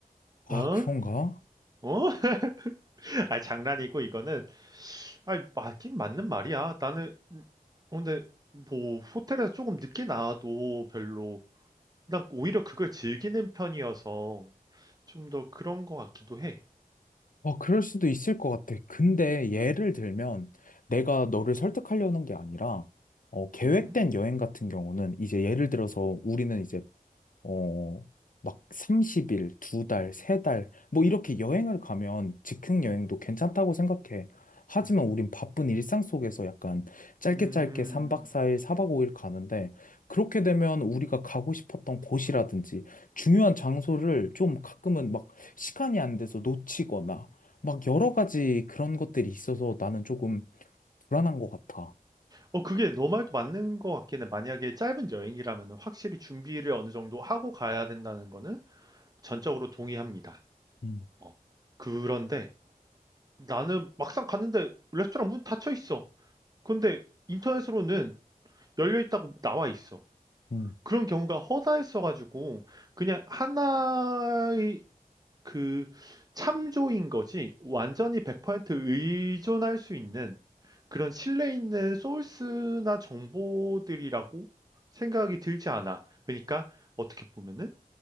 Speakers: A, on the right; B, on the left.
A: 어?
B: 아, 그런가?
A: 어? <laughs> 아, 장난이고, 이거는. 아니, 맞긴 맞는 말이야. 나는, 음, 근데, 뭐, 호텔에서 조금 늦게 나와도 별로, 난 오히려 그걸 즐기는 편이어서, 좀 더 그런 것 같기도 해.
B: 아, 그럴 수도 있을 것 같아. 근데 예를
A: 음,
B: 들면 내가 너를 설득하려는 게 아니라 어, 계획된
A: 음,
B: 여행 같은 경우는 이제 예를 들어서 우리는 이제 어, 막 30일, 두 달, 세 달, 뭐 이렇게 여행을 가면 즉흥 여행도 괜찮다고 생각해. 하지만
A: 음.
B: 우린 바쁜 일상 속에서 약간 짧게
A: 음.
B: 짧게 3박 4일, 4박 5일 가는데 그렇게 되면 우리가 가고 싶었던 곳이라든지 중요한 장소를 좀 가끔은 막 시간이 안 돼서 놓치거나 막 여러 가지 그런 것들이 있어서 나는 조금 불안한 것 같아.
A: 어, 그게 너 말도 맞는 것 같긴 해. 만약에 짧은 여행이라면 확실히 준비를 어느 정도 하고 가야 된다는 거는 전적으로 동의합니다.
B: 음.
A: 어. 그런데, 나는 막상 갔는데, 레스토랑 문 닫혀 있어. 근데, 인터넷으로는 열려 있다고 나와 있어.
B: 음.
A: 그런 경우가 허다했어가지고 그냥 하나의 그 참조인 거지 완전히 100% 의존할 수 있는 그런 신뢰 있는 소스나 정보들이라고 생각이 들지 않아. 그러니까 어떻게 보면은